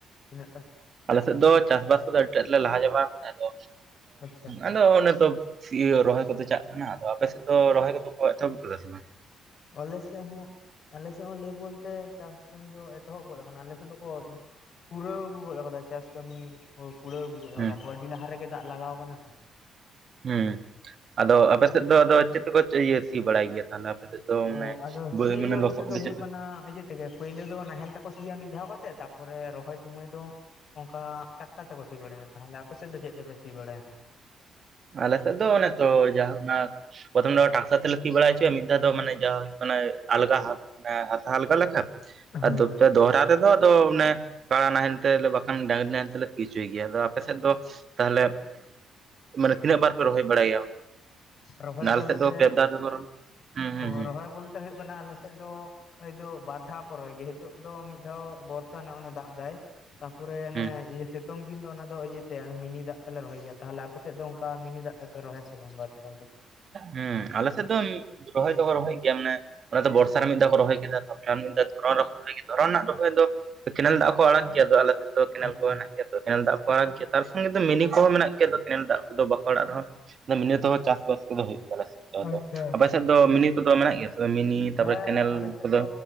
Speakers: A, on the left (about 55°); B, on the right (about 50°).
A: ᱛᱤᱱᱟᱹᱜ ᱴᱟ
B: ᱟᱞᱮ ᱥᱮᱫ ᱫᱚ ᱪᱟᱥᱵᱟᱥ ᱠᱚᱫᱚ ᱟᱹᱰᱤ ᱴᱟᱹᱜ ᱞᱮ ᱞᱟᱦᱟ ᱪᱟᱵᱟᱭ ᱠᱟᱫᱟ᱾ ᱟᱫᱚ
A: ᱟᱪᱪᱷᱟ
B: ᱟᱫᱚ ᱚᱱᱮ ᱛᱚ ᱤᱭᱟᱹ ᱨᱚᱦᱚᱭ ᱠᱚᱫᱚ ᱪᱟᱜ ᱠᱟᱱᱟ᱾ ᱟᱫᱚ ᱟᱯᱮ ᱥᱮᱫ ᱫᱚ ᱨᱚᱦᱚᱭ ᱠᱚᱫᱚ ᱠᱚ ᱮᱛᱚᱦᱚᱵ ᱠᱟᱫᱟ ᱥᱮ ᱵᱟᱝ?
A: ᱟᱞᱮ ᱥᱮᱫ ᱦᱚᱸ ᱟᱞᱮ ᱥᱮᱫ ᱦᱚᱸ ᱞᱮᱹᱭ ᱵᱚᱞᱛᱮ ᱪᱟᱥ ᱠᱟᱹᱢᱤ ᱫᱚ ᱮᱛᱚᱦᱚᱵ ᱜᱚᱫ ᱠᱟᱱᱟ᱾ ᱟᱞᱮ ᱥᱮᱫ ᱫᱚ ᱯᱩᱨᱟᱹᱣ ᱟᱹᱜᱩ ᱜᱚᱫ ᱠᱟᱫᱟᱭ ᱪᱟᱥ ᱠᱟᱹᱢᱤ ᱠᱩᱲᱟᱹᱣ ᱟᱹᱜᱩ ᱜᱚᱫ ᱟᱠᱟᱫᱟ᱾
B: ᱦᱩᱸ
A: <unintelligible> ᱞᱟᱦᱟ ᱨᱮᱜᱮ ᱫᱟᱜ ᱞᱟᱜᱟᱣ ᱠᱟᱱᱟ ᱛᱚ᱾
B: ᱦᱮᱸ ᱟᱫᱚ ᱟᱯᱮᱥᱮᱫ ᱫᱚ ᱟᱫᱚ ᱪᱮᱫ ᱛᱮᱠᱚ ᱥᱤ ᱵᱟᱲᱟᱭ ᱜᱮᱭᱟ ᱛᱟᱦᱚᱞᱮ ᱟᱯᱮ ᱥᱮᱫ ᱫᱚ᱾ ᱢᱟᱱᱮ
A: ᱚ ᱟᱫᱚ
B: ᱵᱟᱹᱭ
A: ᱥᱤ
B: ᱢᱟᱱᱮ
A: ᱵᱚᱞᱛᱮ
B: ᱞᱚᱥᱚᱫ
A: ᱫᱚ
B: ᱠᱚᱫᱚ
A: ᱦᱩᱭᱩᱜ
B: ᱪᱮᱫ
A: ᱠᱟᱱᱟ ᱛᱮᱜᱮ ᱯᱩᱭᱞᱩ ᱫᱚ ᱱᱟᱦᱮᱞ ᱛᱮᱠᱚ ᱥᱤᱭᱟ ᱢᱤᱫ ᱫᱷᱟᱣ ᱠᱟᱛᱮᱜ ᱛᱟᱯᱚᱨᱮ ᱨᱚᱦᱚᱭ ᱥᱩᱢᱚᱭ ᱫᱚ ᱚᱝᱠᱟ ᱴᱟᱠᱴᱟᱨ ᱛᱮᱠᱚ ᱥᱤ ᱵᱟᱲᱟᱭᱟ᱾ ᱛᱟᱦᱚᱞᱮ ᱟᱯᱮ ᱥᱮᱫ ᱫᱚ ᱪᱮᱫ ᱛᱮᱯᱮ ᱥᱤ ᱵᱟᱲᱟᱭᱟ?
B: ᱟᱞᱮ ᱥᱮᱫ ᱫᱚ ᱚᱱᱮ ᱛᱚ ᱡᱟᱭᱦᱳᱠ ᱱᱟᱜ ᱯᱨᱚᱛᱷᱚᱢ ᱫᱚ ᱴᱨᱟᱠᱴᱟᱨ ᱛᱮᱞᱮ ᱥᱤ ᱵᱟᱲᱟᱭ ᱦᱚᱪᱚᱭᱟ ᱢᱤᱫᱫᱷᱟᱣ ᱫᱚ ᱢᱟᱱᱮ ᱡᱟ ᱦᱩᱭᱩᱜ ᱠᱟᱱᱟ ᱟᱞᱜᱟ ᱦᱟᱞᱠᱟ ᱞᱮᱠᱟ
A: ᱦᱮᱸ
B: ᱟᱫᱚ ᱫᱚᱦᱨᱟ ᱛᱮᱫᱚ, ᱟᱫᱚ ᱚᱱᱮ ᱠᱟᱲᱟ ᱱᱟᱦᱮᱞ ᱛᱮ ᱵᱟᱠᱷᱟᱱ ᱰᱟᱝᱨᱤ ᱱᱟᱦᱮᱞ ᱛᱮᱞᱮ ᱥᱤ ᱦᱚᱪᱚᱭ ᱜᱮᱭᱟ᱾ ᱟᱫᱚ ᱟᱯᱮᱥᱮᱫ ᱫᱚ? ᱛᱟᱦᱚᱞᱮ ᱢᱟᱱᱮ ᱛᱤᱱᱟᱹᱜ ᱵᱟᱨ ᱯᱮ ᱨᱚᱦᱚᱭ ᱵᱟᱲᱟᱭᱟ
A: ᱨᱚᱦᱚᱭ
B: ᱟᱞᱮ
A: ᱵᱚᱞᱛᱮ
B: ᱥᱮᱫ ᱫᱚ ᱯᱮ ᱵᱟᱨ ᱨᱚᱦᱚᱭ᱾ ᱦᱩᱸ ᱦᱩᱸ
A: ᱚ
B: ᱦᱩᱸ
A: ᱨᱚᱦᱚᱭ ᱵᱚᱞᱛᱮ ᱦᱩᱭᱩᱜ ᱠᱟᱱᱟ ᱟᱞᱮᱥᱮᱫ ᱫᱚ ᱠᱷᱚᱡᱽ ᱫᱚ ᱵᱟᱨ ᱫᱷᱟᱣ ᱠᱚ ᱨᱚᱦᱚᱭ ᱜᱮᱭᱟ᱾ ᱦᱮᱛᱚᱜ ᱫᱚ ᱢᱤᱫ ᱫᱷᱟᱣ ᱵᱚᱨᱥᱟ ᱱᱟᱜ ᱚᱱᱮ ᱫᱟᱜ ᱫᱟᱭ ᱛᱟᱯᱚᱨᱮ ᱚᱱᱮ
B: ᱦᱩᱸ
A: ᱤᱭᱟᱹ ᱥᱤᱛᱚᱝ ᱫᱤᱱ ᱫᱚ ᱚᱱᱟᱫᱚ ᱤᱭᱟᱹᱛᱮ ᱢᱤᱱᱤ ᱫᱟᱜ ᱛᱮᱞᱮ ᱨᱚᱦᱚᱭ ᱜᱮᱭᱟ᱾ᱛᱟᱦᱚᱞᱮ ᱟᱯᱮᱥᱮᱫ ᱫᱚ ᱚᱝᱠᱟ ᱢᱤᱱᱤ ᱫᱟᱜ ᱛᱮᱯᱮ ᱨᱚᱦᱚᱭᱟ ᱵᱟᱨ ᱫᱷᱟᱣ ᱫᱚ᱾
B: ᱦᱩᱸ ᱟᱞᱮ ᱥᱮᱫ ᱫᱚ ᱨᱚᱦᱚᱭ ᱫᱚᱠᱚ ᱨᱚᱦᱚᱭ ᱜᱮᱭᱟ ᱢᱟᱱᱮ ᱚᱱᱟ ᱛᱚ ᱵᱚᱨᱥᱟ ᱨᱮ ᱢᱤᱫ ᱫᱷᱟᱣ ᱠᱚ ᱨᱚᱦᱚᱭ ᱠᱮᱫᱟ ᱛᱚ᱾ ᱢᱤᱫ ᱫᱷᱟᱣ ᱫᱷᱚᱨᱚᱱ ᱨᱮ ᱨᱚᱦᱚᱭ ᱠᱮᱫᱟ, ᱫᱷᱚᱨᱚᱱ ᱨᱮᱱᱟᱜ ᱨᱚᱦᱚᱭ ᱫᱚ ᱠᱮᱱᱮᱞ ᱫᱟᱜ ᱦᱚᱠᱚ ᱟᱲᱟᱜ ᱜᱮᱭᱟ᱾ᱟᱞᱮᱥᱮᱫ ᱫᱚ ᱠᱮᱱᱮᱞ
A: ᱟᱪᱪᱷᱟ
B: ᱠᱚ ᱦᱮᱱᱟᱜᱼᱟ᱾ ᱠᱮᱱᱮᱞ ᱫᱟᱜ ᱠᱚᱦᱚ ᱟᱲᱟᱜ ᱜᱮᱭᱟ᱾ᱛᱟᱨ ᱥᱚᱝᱜᱮ ᱫᱚ ᱢᱤᱱᱤ ᱠᱚᱦᱚᱸ ᱢᱮᱱᱟᱜ ᱜᱮᱭᱟ ᱛᱚ, ᱠᱮᱱᱮᱞ ᱫᱟᱜ ᱠᱚᱫᱚ ᱵᱟᱠᱚ ᱟᱲᱟᱹᱜ ᱨᱮᱦᱚᱸ ᱢᱤᱱᱤ ᱛᱮᱦᱚᱸ ᱪᱟᱥᱵᱟᱥ ᱠᱚᱫᱚ ᱦᱩᱭᱩᱜ ᱠᱟᱱᱟ᱾ᱟᱯᱮ
A: ᱟᱪᱪᱷᱟ ᱟᱪᱪᱷᱟ
B: ᱥᱮᱫ ᱫᱚ ᱢᱤᱱᱤ ᱠᱚᱫᱚ ᱢᱮᱱᱟᱜ ᱜᱮᱭᱟ ᱥᱮ ᱢᱤᱱᱤ ᱛᱟᱯᱚᱨᱮ
A: ᱦᱮᱸ
B: ᱠᱮᱱᱮᱞ
A: ᱟᱞᱮ ᱥᱮᱫ
B: ᱠᱚᱫᱚ
A: ᱫᱚ